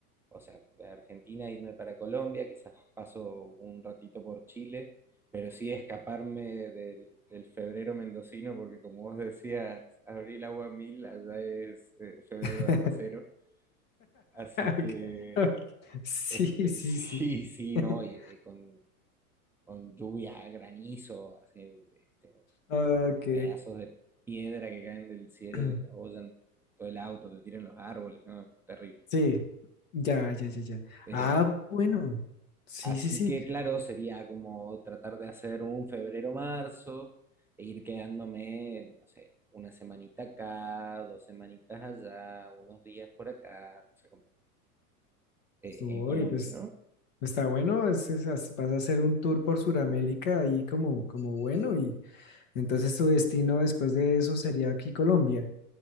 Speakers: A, in the centre; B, on the left.
A: o sea, de Argentina irme para Colombia, quizás paso un ratito por Chile, pero sí escaparme del, del febrero mendocino, porque como vos decías, abril agua mil, allá es eh, febrero
B: <laughs>
A: de aguacero, así que
B: Ok, ok. Sí,
A: este,
B: sí,
A: <laughs> sí,
B: sí.
A: sí,
B: <laughs>
A: no, y, y con, con lluvia, granizo, así, este,
B: Ok.
A: pedazos de piedra que caen del cielo,
B: <clears throat>
A: que te abollan todo el auto, te tiran los árboles, ¿no? Es terrible.
B: Sí, ya, ya, ya, ya.
A: Eh,
B: Ah, bueno. Sí,
A: así
B: sí, sí.
A: que, claro, sería como tratar de hacer un febrero-marzo e ir quedándome, no sé, una semanita acá, dos semanitas allá, unos días por acá, o sea, como eh,
B: Uy,
A: en Colombia,
B: pues
A: ¿no?
B: Está bueno, es, es- as- vas a hacer un tour por Sudamérica ahí como, como bueno y entonces tu destino después de eso sería aquí Colombia.